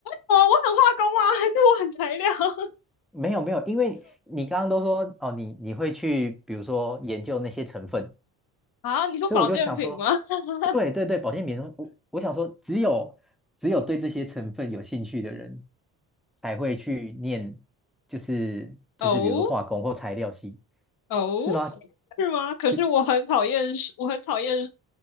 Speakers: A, on the left (about 55°); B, in the centre.
A: 哦，我很化工啊，<laughs> 还是我很材料 <laughs>
B: 没有没有，因为你刚刚都说哦，你你会去比如说研究那些成分，
A: 啊？你说保健品吗？
B: 所以我就想说，
A: <laughs>
B: 对对对，保健品，我我想说，只有只有对这些成分有兴趣的人才会去念，就是就是比如说化工或材料系，
A: 哦哦，
B: 是吗？
A: 是吗？可是我很讨厌，
B: 是
A: 我很讨厌